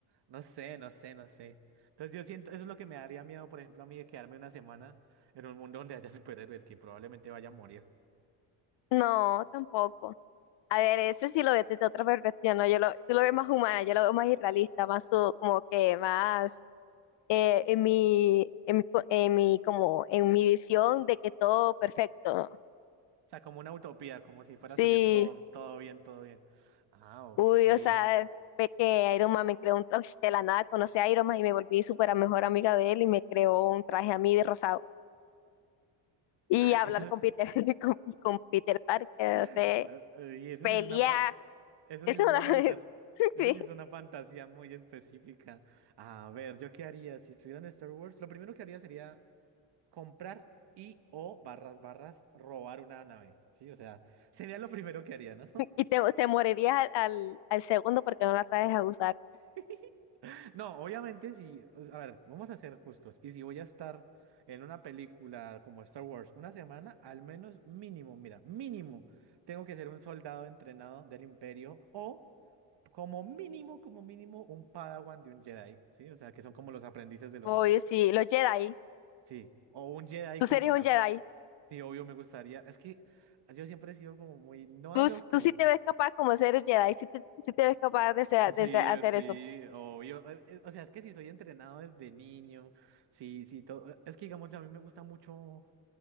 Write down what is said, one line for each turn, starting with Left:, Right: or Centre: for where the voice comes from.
Right: no sé, no sé, no sé. Entonces yo siento, eso es lo que me daría miedo, por ejemplo, a mí de quedarme una semana en un mundo donde haya superhéroes que probablemente vaya a morir.
Left: No, tampoco. A ver, eso sí lo veo desde otra perspectiva, ¿no? Yo lo, tú lo ves más humana, yo lo veo más irrealista, más su- como que más eh, en mi, en mi, co- en mi, como, en mi visión de que todo perfecto.
Right: O sea, como una utopía, como si fuera
Left: Sí,
Right: a salir todo, todo bien, todo bien. Ah, ok.
Left: uy, o sea,
Right: <laughs>
Left: ve que Iron Man me creó un traje de la nada, conocí a Iron Man y me volví súper a mejor amiga de él y me creó un traje a mí de rosado. Y hablar
Right: Eso,
Left: con Peter, <laughs> con, con Peter Parker,
Right: eh,
Left: no sé,
Right: y eso
Left: pelear,
Right: sí es una, fa- eso
Left: eso
Right: sí es
Left: es
Right: una fantasía.
Left: una... <laughs>
Right: Eso
Left: Sí,
Right: sí es una fantasía muy específica. A ver, ¿yo qué haría si estuviera en Star Wars? Lo primero que haría sería comprar y o barras barras robar una nave. Sí, o sea, sería lo primero que haría, ¿no? <laughs>
Left: y te, te morirías al, al, al segundo porque no la sabes a usar.
Right: <laughs> No, obviamente si, a ver, vamos a ser justos. Y si voy a estar en una película como Star Wars una semana, al menos mínimo, mira, mínimo, tengo que ser un soldado entrenado del Imperio o como mínimo, como mínimo, un Padawan de un Jedi, ¿sí? O sea, que son como los aprendices de los...
Left: Oye, sí, los Jedi.
Right: Sí, o un Jedi
Left: Tú
Right: como
Left: serías
Right: tal.
Left: un Jedi.
Right: Sí, obvio me gustaría. Es que yo siempre he sido como muy, no
Left: Tú,
Right: adoctrinado,
Left: s- tú sí te ves capaz como ser Jedi, sí te, sí te ves capaz de, ser- de
Right: Sí,
Left: ser- hacer
Right: eh, sí,
Left: eso.
Right: obvio. Eh, eh, O sea, es que si soy entrenado desde niño, sí, sí, todo. Es que digamos, ya a mí me gustan mucho